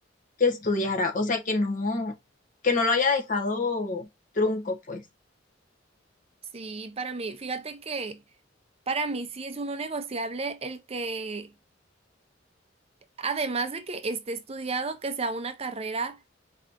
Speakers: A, on the left; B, on the right.
A: que estudiara, o sea, que no, que no lo haya dejado trunco, pues,
B: Sí, para mí, fíjate que para mí sí es uno negociable el que, además de que esté estudiado, que sea una carrera